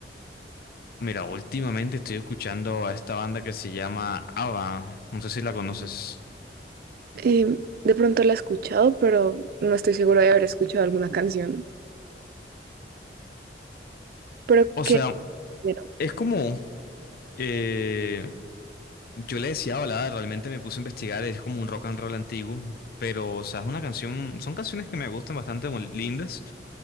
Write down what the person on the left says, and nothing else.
Mira, últimamente estoy escuchando a esta banda que se llama ABBA. No sé si la conoces.
O
sea,
Es como, eh, yo le decía balada, realmente me puse a investigar, es como un rock and roll antiguo, pero, o sea, es una canción, son canciones que me gustan bastante muy lindas.